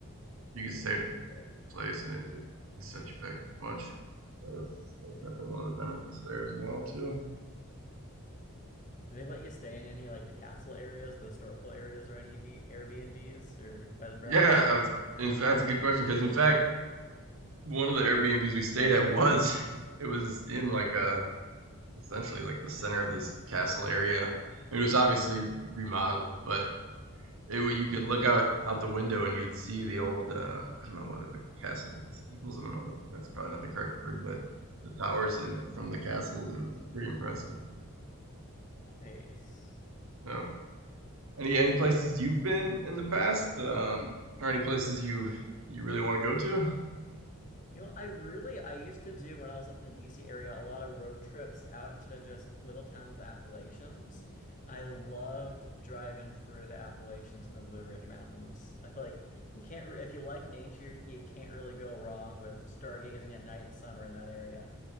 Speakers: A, on the right; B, on the left.
A: You could stay at a
B: Good.
A: place and it, it didn't set you back too much. That was, that
B: Yeah.
A: was definitely one of the benefits there as well too.
B: Do they let you stay in any like the castle areas, the historical areas, or any B Airbnbs or bed and breakfast
A: Yeah, I've,
B: type of things?
A: in fact, that's a good question because in fact, one of the Airbnbs we stayed at was <laughs> it was in like a essentially like the center of this castle area. It was obviously remodeled, but It, you could look out out the window and you would see the old uh, I don't know whether the castle like steeples I don't know the, that's probably not the correct word but the towers in from the castles it was pretty impressive.
B: Nice.
A: Yeah. Any any places you've been in the past um, or any places you you really want to go to?
B: You know, I really I used to do when I was up in the DC area a lot of road trips out into just little towns, the Appalachians. I loved driving through the Appalachians and the Blue Ridge Mountains. I feel like you can't re if you like nature, you can't really go wrong with stargazing at night in summer in that area.